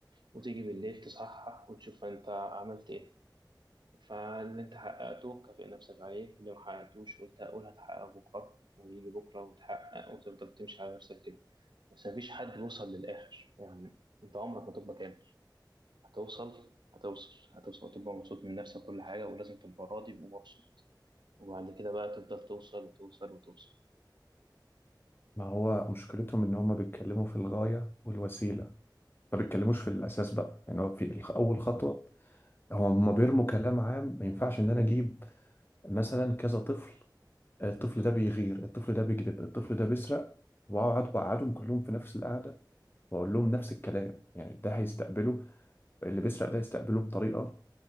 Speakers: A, on the right; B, on the left.
A: وتيجي بالليل تصحح وتشوف أنت عملت إيه فاللي انت حققته كافئ نفسك عليه واللي ما حققتوش قلت هقول هتحقق بكرة ويجي بكرة وتحقق وتفضل تمشي على نفسك كده بس مفيش حد بيوصل للآخر يعني انت عمرك ما تبقى كامل هتوصل هتوصل هتوصل وتبقى مبسوط من نفسك كل حاجة ولازم تبقى راضي ومبسوط وبعد كده بقى تفضل توصل وتوصل وتوصل
B: ما هو مشكلتهم ان هم بيتكلموا في الغايه والوسيله ما بيتكلموش في الاساس بقى يعني هو في الخ- اول خطوه هو هم بيرموا كلام عام ما ينفعش ان انا اجيب مثلا كذا طفل الطفل ده بيغير الطفل ده بيكذب الطفل ده بيسرق واقعد بقعدهم كلهم في نفس القعده واقول لهم نفس الكلام يعني ده هيستقبله اللي بيسرق ده يستقبله بطريقه